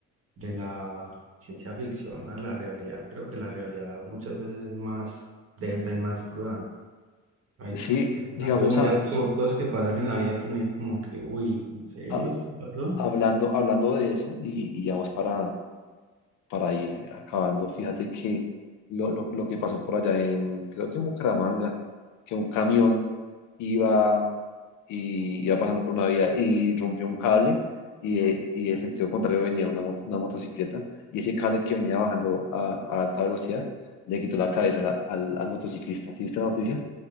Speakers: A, on the right; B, on the left.
A: de la ciencia ficción a la realidad. Creo que la realidad muchas veces es más densa y más cruda. Hay
B: Sí,
A: escenarios
B: digamos,
A: muy
B: a-
A: absurdos que pasan en la vida que uno dice como que, uy, ¿en serio
B: a-
A: esto pasó?
B: hablando, hablando de eso y, y ya vamos para, para ir acabando. Fíjate que lo, lo- lo que pasó por allá en, creo que en Bucaramanga, que un camión iba, y, iba pasando por una vía y rompió un cable y, eh, y en sentido contrario venía una, moto- una motocicleta y ese cable que venía bajando a, a alta velocidad le quitó la cabeza a la- al, al motociclista. ¿Sí viste la noticia?